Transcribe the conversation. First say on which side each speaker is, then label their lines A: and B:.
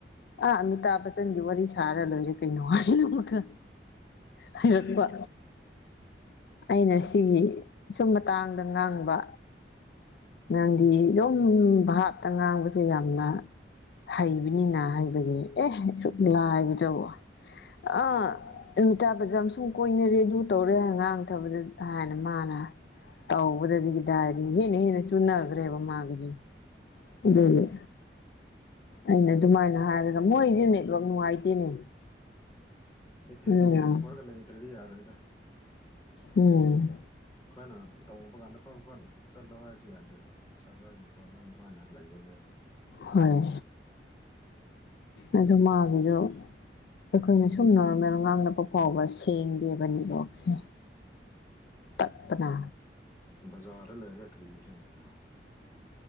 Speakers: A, on the left (about 65°); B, on the left (about 20°).
A: ꯑꯥ ꯑꯃꯤꯇꯥꯞ ꯕꯆꯟꯒꯤ ꯋꯥꯔꯤ ꯁꯥꯔ ꯂꯣꯏꯔꯦ ꯀꯩꯅꯣ ꯍꯥꯏ ꯑꯃ ꯈ ꯍꯩꯔꯛꯄ
B: ꯀꯔꯤꯕ
A: ꯑꯩꯅ ꯁꯤ ꯁꯨꯝ ꯃꯇꯥꯡ ꯗ ꯉꯥꯡꯕ ꯅꯪꯗꯤ
B: ꯎꯝ
A: ꯌꯨꯝ ꯚꯥꯞꯇ ꯉꯥꯡꯕꯁꯦ ꯌꯥꯝꯅ ꯍꯩꯕꯅꯤꯅ ꯍꯥꯏꯕꯒꯤ ꯑꯦ ꯁꯨꯛꯂꯥꯏꯕꯗꯨꯕ ꯑꯥ ꯑꯃꯤꯇꯥꯕ ꯕꯖꯝꯁꯨ ꯀꯣꯏꯅꯔꯦ ꯑꯗꯨ ꯇꯧꯔꯦ ꯑꯉꯥꯡꯊꯕꯗ ꯍꯥꯏꯅ ꯃꯥꯅ ꯇꯧꯕꯗꯗꯤ ꯀꯗꯥꯏꯗꯤ ꯍꯦꯟꯅ ꯍꯦꯟꯅ ꯆꯨꯅꯈ꯭ꯔꯦꯕ ꯃꯥꯒꯤꯗꯤ ꯑꯗꯨꯅ‌ꯦ
B: ꯎꯝ
A: ꯑꯩꯅ ꯑꯗꯨꯃꯥꯏꯅ ꯍꯥꯏꯔꯒ ꯃꯣꯏꯗꯤ ꯅꯦꯠꯋꯥꯛ ꯅꯨꯡꯉꯥꯏꯇꯦꯅꯦ
B: ꯍꯊꯦꯛ
A: ꯎꯝ
B: ꯇꯧꯕꯝ ꯈꯔꯒ ꯂꯩꯇ꯭ꯔꯗꯤ ꯌꯥꯔꯣꯏꯗ
A: ꯎꯝ
B: ꯑꯩꯈꯣꯏꯅ ꯇꯧꯉꯨꯕ ꯀꯥꯟꯗ ꯐꯠ ꯐꯠ ꯆꯠꯂꯣ ꯍꯥꯏꯔꯁꯨ ꯌꯥꯗꯦꯕ ꯁꯔꯚꯔꯒꯤ ꯄ꯭ꯔꯣꯕ꯭ꯂꯦꯝ ꯑꯗꯨꯃꯥꯏꯅ ꯂꯩꯒꯜꯂꯦꯕ
A: ꯍꯣꯏ ꯑꯗꫭ ꯃꯥꯒꯤꯗꫭ ꯑꯩꯈꯣꯏꯅ ꯁꯨꯝ ꯅꯣꯔꯃꯦꯜ ꯉꯥꯡꯅꯕ ꯐꯥꯎꯕ ꯁꯦꯡꯗꯦꯕ ꯅꯦꯠꯋꯥꯛꯁꯦ ꯇꯠꯄꯅ
B: ꯕꯖꯥꯔꯗ ꯂꯩꯔꯒ ꯀ꯭ꯔꯤꯒꯤꯔꯅꯦ ꯅꯦꯋꯥꯛ